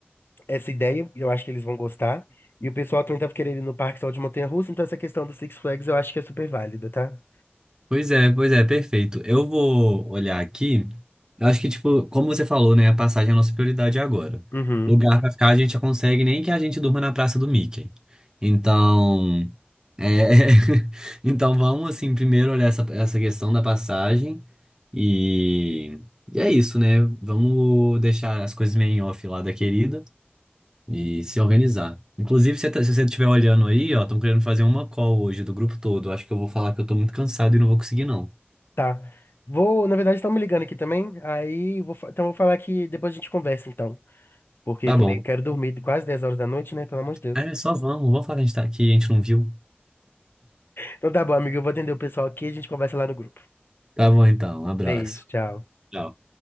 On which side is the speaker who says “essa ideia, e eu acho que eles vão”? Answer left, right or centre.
Left